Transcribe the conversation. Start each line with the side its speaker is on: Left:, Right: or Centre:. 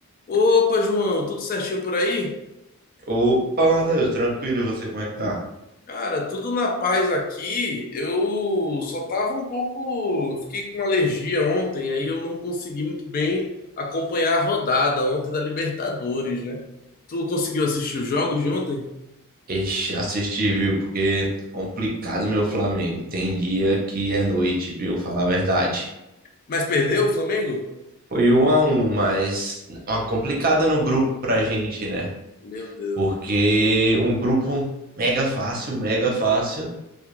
Left: Opa, João, tudo certinho por aí?
Right: Opa, Matheus, tranquilo, e você como é que tá?
Left: Cara, tudo na paz aqui. Eu só tava um pouco. Fiquei com uma alergia ontem, aí eu não consegui muito bem acompanhar a rodada ontem da Libertadores, né? Tu conseguiu assistir os jogos de ontem?
Right: Ixi, assisti, viu? Porque complicado meu Flamengo. Tem dia que é noite, viu? Falar a verdade.
Left: Mas perdeu o Flamengo?
Right: Foi um a um, mas uma complicada no grupo pra gente, né?
Left: Meu Deus,
Right: Porque um grupo mega fácil, mega fácil.